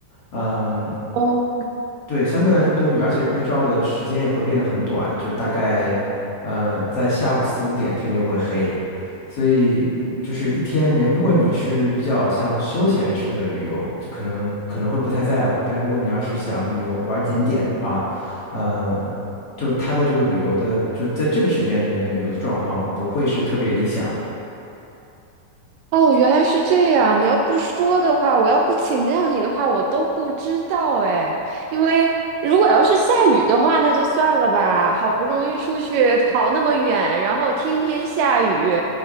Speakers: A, on the left (about 50°); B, on the right (about 80°).
A: 嗯，
B: 哦
A: 对，相对来说多雨，而且日照的时间也会变得很短，就是大概，嗯、在下午四五点天就会黑，所以嗯就是一天里面，如果你是比较像休闲式的旅游，可能可能会不太在乎，但如果你要是想旅游玩景点的话，嗯，就是它的这个旅游的，就在这个时间里面的旅游的状况不会是特别理想。
B: 哦，原来是这样。你要不说的话，我要不请教你的话，我都不知道哎。因为如果要是下雨的话，那就算了吧。好不容易出去跑那么远，然后天天下雨，